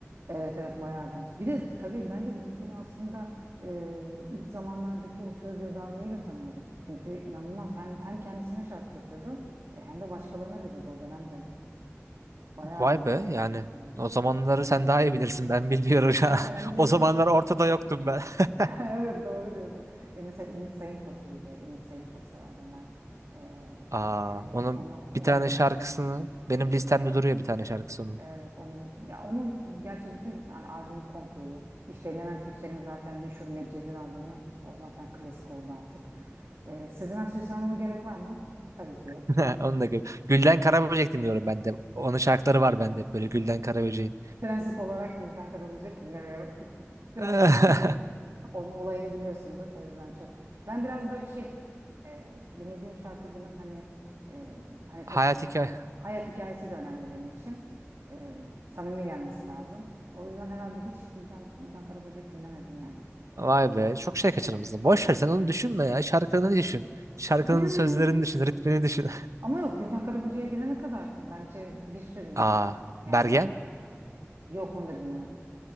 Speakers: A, on the right (about 65°); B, on the right (about 85°).
A: Evet evet bayağı genç. Bir de tabii bence Gülşen'i aslında e, ilk zamanlardaki o söz yazarlığıyla tanıyorduk. Çünkü inanılmaz hem hem kendisine şarkı yapıyordu e, hem de başkalarına veriyordu o dönemde. Bayağı
B: Vay
A: iyiydi
B: be
A: yani.
B: yani.
A: Evet.
B: O zamanları sen daha iyi bilirsin ben bilmiyorum
A: Ya
B: ya.
A: mesela
B: <laughs>
A: biz en
B: O zamanlar
A: çok
B: ortada yoktum ben. <laughs>
A: <laughs> evet doğru diyorsun. E, mesela Ümit Sayın çok iyiydi. Ümit Sayın'ı çok severdim ben. E,
B: Aa,
A: işte
B: onun
A: onu onu
B: bir tane şarkısını benim listemde duruyor bir tane şarkısı
A: Evet onun ya onun gerçi bütün hani albüm kompleyi işte Levent Yüksel'in zaten meşhur Medcezir albümü o zaten klasik oldu artık. Ee, Sezen Aksu'yu saymama gerek var mı? Tabii ki yok.
B: <laughs> Onu da gül. Gülden Karaböcek dinliyorum ben de. Onun şarkıları var bende hep böyle Gülden Karaböcek'in.
A: Prensip olarak Gülden Karaböcek dinlemiyorum. <laughs> Prensip.
B: <laughs>
A: Onun olayını biliyorsundur o yüzden çok. Ben biraz böyle şey e, dinlediğim şarkıcının hani e, hani
B: Hayat
A: top
B: hikaye.
A: hayat hikayesi de önemli benim için. E, samimi gelmesi lazım. O yüzden herhalde hiç Gülden, Gülden Karaböcek dinlemedim yani.
B: Vay be. Çok şey kaçırmışsın. Boş ver sen onu düşünme ya. Şarkılarını düşün. Şarkının
A: Yani
B: sözlerini düşün. Ritmini düşün.
A: Ama yok Gülten Karaböcek'e gelene kadar bence bir sürü insan.
B: <laughs> Aa,
A: Yani
B: Bergen.
A: yok onu da dinlemedim.